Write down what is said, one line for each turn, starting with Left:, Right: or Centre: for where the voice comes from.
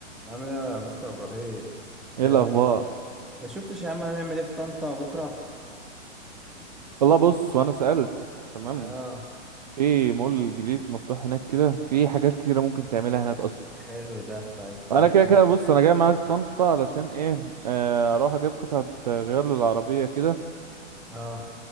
Centre: عامل ايه يا مستر ابراهيم آه
Right: ايه الاخبار
Centre: ما شفتش يا عم هنعمل ايه في طنطا بكره
Right: والله بص وانا سألت تمام
Centre: اه
Right: في مول جديد مفتوح هناك كده في حاجات كتيرة ممكن تعملها هناك اصلا
Centre: حلو ده طيب
Right: انا
Centre: ممكن
Right: كده
Centre: نعمل-
Right: كده بص انا جاي معاك طنطا علشان ايه آه، اروح اجيب قطعة غيار للعربية كده
Centre: اه